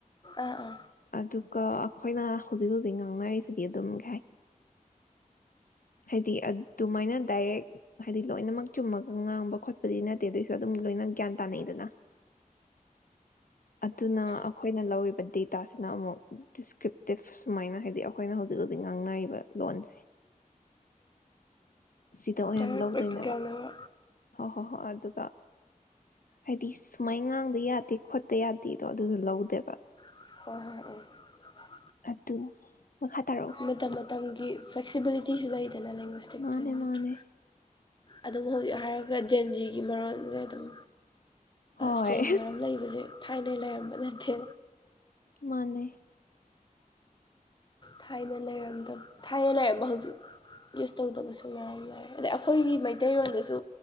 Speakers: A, on the left; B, on the left.
A: ꯑꯥ ꯑꯥ
B: ꯑꯗꯨꯒ ꯑꯩꯈꯣꯏꯅ ꯍꯧꯖꯤꯛ ꯍꯧꯖꯤꯛ ꯉꯥꯡꯅꯔꯤꯁꯦ ꯗꯤ ꯑꯗꯨꯝ ꯍꯥꯏꯗꯤ ꯑꯗꯨꯃꯥꯏꯅ ꯗꯥꯏꯔꯦꯛ ꯍꯥꯏꯗꯤ ꯂꯣꯏꯅꯃꯛ ꯆꯨꯝꯃꯒ ꯉꯥꯡꯕ ꯈꯣꯠꯄꯗꯤ ꯅꯠꯇꯦ ꯑꯗꯨꯏꯁꯨ ꯑꯗꯨꯝ ꯂꯣꯏꯅ ꯒ꯭ꯌꯥꯟ ꯇꯥꯅꯩꯗꯅ ꯑꯗꯨꯅ ꯑꯩꯈꯣꯏꯅ ꯂꯧꯔꯤꯕ ꯗꯦꯇꯥꯁꯤꯅ ꯑꯃꯨꯛ ꯗꯤꯁꯀ꯭ꯔꯤꯞ ꯁꯨꯃꯥꯏꯅ ꯍꯥꯏꯗꯤ ꯑꯩꯈꯣꯏꯅ ꯍꯧꯖꯤꯛ ꯍꯧꯖꯤꯛ ꯉꯥꯡꯅꯔꯤꯕ ꯂꯣꯟꯁꯦ ꯁꯤꯗ ꯑꯣꯏꯅ
A: ꯗꯥꯏꯔꯦꯛ
B: ꯂꯧꯗꯣꯏꯅꯦꯕ
A: ꯄ꯭ꯔꯦꯛꯇꯤꯀꯦꯜꯅꯦꯕ
B: ꯍꯣꯏ ꯍꯣꯏ ꯍꯣꯏ ꯑꯗꯨꯒ ꯍꯥꯏꯗꯤ ꯁꯨꯃꯥꯏ ꯉꯥꯡꯗ ꯌꯥꯗꯦ ꯈꯣꯠꯇ ꯌꯥꯗꯦꯗꯣ ꯑꯗꯨꯗꯣ ꯂꯧꯗꯦꯕ
A: ꯀꯍ
B: ꯑꯗꯨ ꯑꯗꯨ ꯃꯈꯥ ꯇꯥꯔꯛꯣ
A: ꯃꯇꯝ ꯃꯇꯝꯒꯤ ꯐ꯭ꯂꯦꯛꯁꯤꯕꯤꯂꯤꯇꯤꯁꯨ ꯂꯩ ꯆꯖꯅ ꯂꯡ꯭ꯋꯦꯁ ꯇꯤꯦꯛ
B: ꯃꯥꯅꯦ
A: ꯇꯇ꯭ꯔꯣ
B: ꯃꯥꯅꯦ
A: ꯑꯗꯨꯝ ꯍꯧꯖꯤꯛ ꯍꯥꯏꯔꯒ ꯖꯦꯟꯖꯤꯒꯤ ꯃꯔꯣꯟꯁꯦ ꯑꯗꯨꯝ
B: ꯍꯣꯏ
A: ꯁ꯭ꯂꯦꯡ ꯃꯝ ꯂꯩꯕꯁꯦ ꯊꯥꯏꯅ ꯂꯩꯥꯏꯑ ꯑꯃꯝꯕ ꯅꯗꯦ
B: ꯃꯥꯅꯦ
A: ꯊꯥꯏꯅ ꯂꯩꯔꯝꯗ ꯊꯥꯏꯅ ꯂꯩꯔꯝꯕ ꯍꯧꯖꯤꯛ ꯌꯨꯁ ꯇꯧꯗꯕꯁꯨ ꯃꯝ ꯂꯩꯔꯦ ꯑꯗꯩ ꯑꯩꯈꯣꯏꯒꯤ ꯃꯩꯇꯩꯔꯣꯟꯗꯁꯨ